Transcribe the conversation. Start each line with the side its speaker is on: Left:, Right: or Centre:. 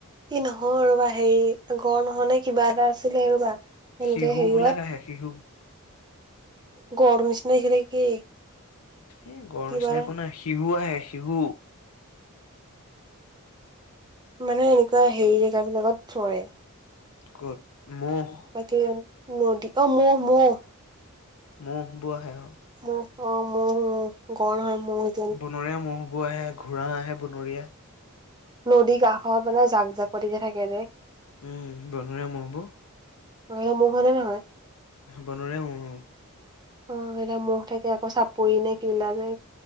Right: ই নহয় ৰবা হেৰি গড় নহয়নে কিবা এটা আছিলে ৰবা। তেনেকে
Left: শিহু
Right: হেৰিয়ৱত
Left: বিলাক আহে শিহু
Right: গড়টো নিচিনা খেদি কি?
Left: এ গড়
Right: কিবা
Left: নিচিনা
Right: এটা
Left: একো নাই শিহু আহে শিহু।
Right: মানে এনেকুৱা হেৰি জেগাবিলাকত চৰে।
Left: ক'ত? মহ।
Right: বাকী ৰাম নদী অহ মহ মহ
Left: মহ বোৱা আহে অ।
Right: ম'হ অ মহ সমূহ গড় নহয় <unintelligible>
Left: বনৰীয়া মহবোৰ আহে, ঘোঁৰা আহে বনৰীয়া।
Right: নদী কাষত মানে জাক জাক পাতি তে থাকে যে
Left: উম বনৰীয়া মহবোৰ।
Right: পহিলে মহ হয়নে নহয়?
Left: বনৰীয়া মহ অ।
Right: অ সেইলা ম'হ থাকে আকৌ চাপৰি নে কিলা যে